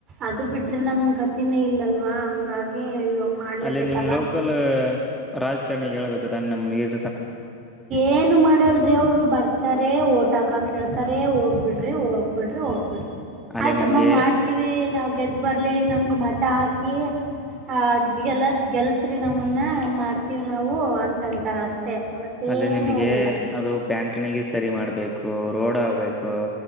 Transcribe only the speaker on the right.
ಅದು ಬಿಟ್ರೆೆ ನಮ್ಗತಿನೇ ಇಲ್ಲಲ್ವಾ ಹಂಗಾಗಿ ಮಾಡ್ಲೇಬೇಕಲ್ಲ
ಏನು ಮಾಡಲ್ರಿ ಅವರು ಬರ್ತಾರೆ ಓಟಾಕಾಕ್ ಹೇಳ್ತಾರೆ ಹೋಗ್ಬಿಡ್ರಿ ಹೋಗ್ಬಿಡ್ರಿ ಹೋಗ್ಬಿಡ್ರಿ
ಆಯ್ತಮ್ಮ
ಮಾಡ್ತೀವಿ ನಾವ್ ಗೆದ್ದ್ ಬರ ಅಲ್ಲಿ ನಮ್ಗ ಮತ ಹಾಕಿ ಆ ಗೆಲ ಗೆಲ್ಲಿಸ್ರೀ ನಮ್ಮನ್ನ ಮಾಡ್ತೀವಿ ನಾವು ಅಂತಂತಾರ ಅಷ್ಟೇ ಮತ್ತೇನು
ಅನ್ನಲ್ಲ